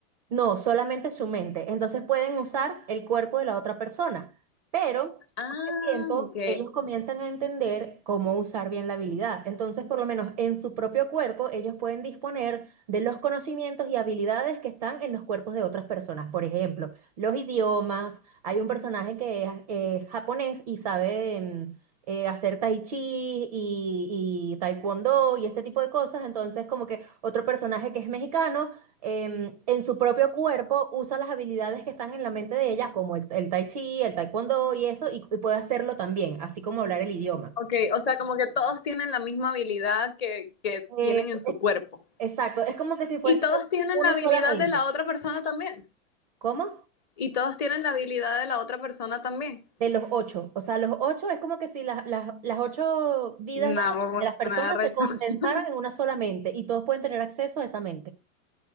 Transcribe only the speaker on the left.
Ah,
ok.
Ok, o sea, como que todos tienen la misma habilidad que, que
tienen en su
cuerpo.
Y todos tienen
la habilidad
de la otra persona también.
Y todos tienen la habilidad de la otra persona también.
No,
nada recho.
<laughs>